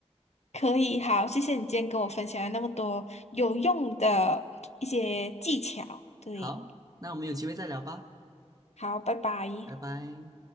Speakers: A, on the left; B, on the right.
A: 可以，好，谢谢你今天跟我分享了那么多有用的一些技巧。对，
B: 好，那我们有机会再聊吧，
A: 好，拜拜。
B: 拜拜。